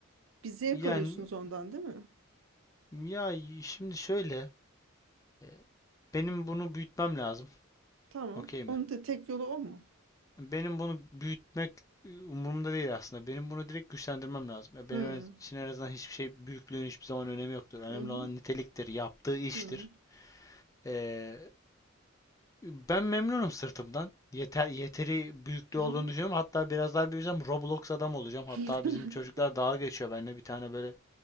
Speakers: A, on the right; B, on the left.
A: Bir zevk
B: yani
A: alıyorsunuz ondan değil mi?
B: Ya şimdi şöyle, e, benim bunu büyütmem lazım.
A: Tamam.
B: Okey mi?
A: Onun da tek yolu o mu?
B: Benim bunu büyütmek e, umurumda değil aslında. Benim bunu direkt güçlendirmem lazım. E,
A: Hmm.
B: Benim en- için en azından hiçbir şey büyüklüğün hiçbir zaman önemi yoktur. Önemli
A: Hı hı.
B: olan niteliktir, yaptığı iştir.
A: Hı hı.
B: E, Ben memnunum sırtımdan. Yeter, yeteri büyüklüğü
A: Hı
B: olduğunu
A: hı.
B: düşünüyorum. Hatta biraz daha büyüsem Roblox adam olacağım.
A: <laughs>
B: Hatta bizim çocuklar dalga geçiyor benimle. Bir tane böyle